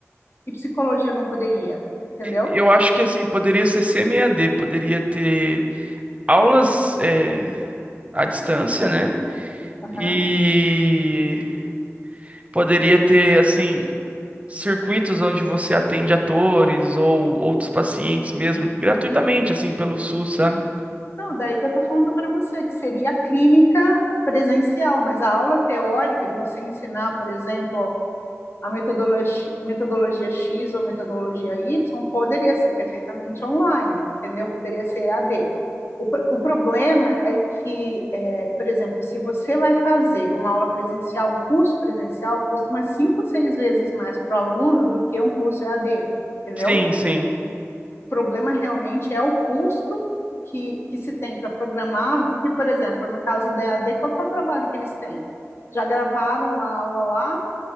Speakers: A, on the left; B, on the right.
A: e psicologia não poderia? Entendeu?
B: Eu acho que assim, poderia ser CMAD, poderia ter aulas eh, à distância, né?
A: Aham.
B: E poderia ter assim circuitos onde você atende atores ou outros pacientes mesmo, gratuitamente, assim, pelo SUS, sabe?
A: Não, daí que eu estou falando para você, que seria a clínica presencial, mas a aula teórica de você ensinar, por exemplo, a metodologia, metodologia X ou metodologia Y poderia ser perfeitamente online, entendeu? Poderia ser EAD. O, o problema é que, é, por exemplo, se você vai fazer uma aula presencial, um curso presencial, custa umas cinco, seis vezes mais para o aluno do que um curso EAD, entendeu?
B: Sim, sim.
A: O problema realmente é o custo que, que se tem para programar, porque, por exemplo, no caso da EAD, qual que é o trabalho que eles têm? Já gravaram lá a aula lá,